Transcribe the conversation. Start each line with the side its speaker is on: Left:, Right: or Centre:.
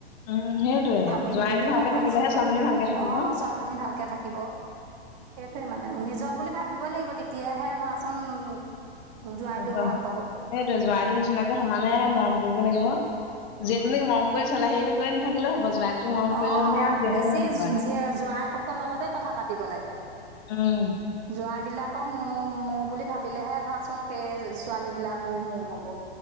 Left: উম সেইটোয়ে
Right: আমি
Left: জোৱাইটো
Right: দি পেলাই
Left: ভালকে
Right: পাইছোতো
Left: থাকিলেহে ছোৱালীজনী ভালকে থাকিব
Right: অ', ছোৱালীজনী ভালকে থাকিব সেইটোয়ে মানে নিজৰ বুলি ভাবিবই লাগিব তেতিয়াহে <unintelligible> জোৱাইটোও
Left: সেইটোৱে
Right: ভাল পাব
Left: জোঁৱাইটো নিচিনাকে সমানে মৰম কৰিব লাগিব। জীয়েকজনীক
Right: উম
Left: মৰম কৰি <unintelligible> কৰি নাথাকিলেও জোৱাইকটো মৰম কৰিলে
Right: অ',
Left: মানে আৰু জীয়েকে
Right: বেছি
Left: মৰম কৰে
Right: জী-জোঁৱাইকক লগতে কথা পাত দিব লাগে।
Left: উম
Right: জোৱাই বিলাক কক মো- মোৰ বুলি ভাবিলেহে ধৰাচোন সেই ছোৱালী বিলাকো মোৰ হ'ব।